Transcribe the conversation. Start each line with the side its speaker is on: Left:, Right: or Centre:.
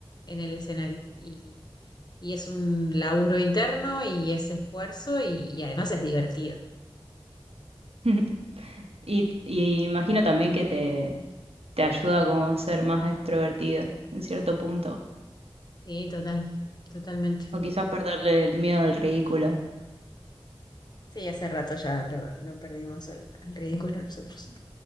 Left: en el escenario y, y es un laburo interno y es esfuerzo y, y además es divertido.
Right: <laughs> Y, y imagino también que te, te ayuda como a ser más extrovertido en cierto punto.
Left: Sí, total, totalmente.
Right: O quizás perderle el miedo al ridículo.
Left: Sí, hace rato ya lo, lo perdimos al al ridículo nosotros.